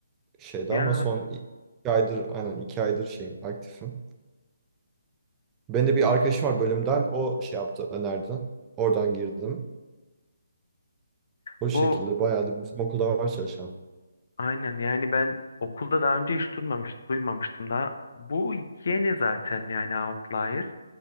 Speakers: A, on the right; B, on the left.
A: şeyde
B: Ya
A: ama son iki aydır aynen iki aydır şeyim aktifim. Benim de bir arkadaşım var bölümden o şey yaptı önerdi. Oradan girdim. O
B: bu
A: şekilde bayağı da bizim okulda var çalışan.
B: Aynen yani ben okulda daha önce hiç durmamış, duymamıştım daha. Bu yeni zaten yani Outlier.